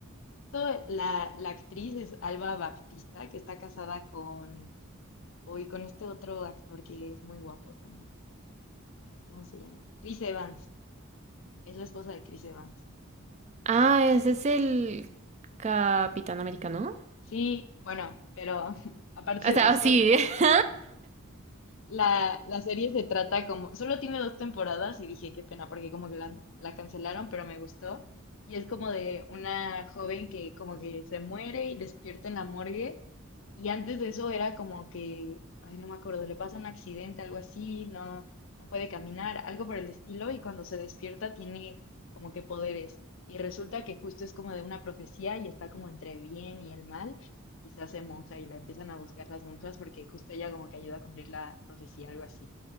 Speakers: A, on the left; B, on the right.
A: todo la, la actriz es Alba Baptista, que está casada con Uy, con este otro actor que es muy guapo también. Ay, ¿cómo se llama? Chris Evans. Es la esposa de Chris Evans.
B: Ah, ese es el Capitán Americano.
A: Sí, bueno, pero <laughs> aparte
B: O sea,
A: de eso,
B: sí, <laughs>
A: La, la serie se trata como, solo tiene dos temporadas y dije, qué pena, porque como que la, la cancelaron, pero me gustó. Y es como de una joven que como que se muere y despierta en la morgue. Y antes de eso era como que, ay, no me acuerdo, le pasa un accidente, algo así, no, no puede caminar, algo por el estilo. Y cuando se despierta tiene como que poderes. Y resulta que justo es como de una profecía y está como entre bien y el mal y se hace monja y la empiezan a buscar las monjas porque justo ella como que ayuda a cumplir la profecía, algo así.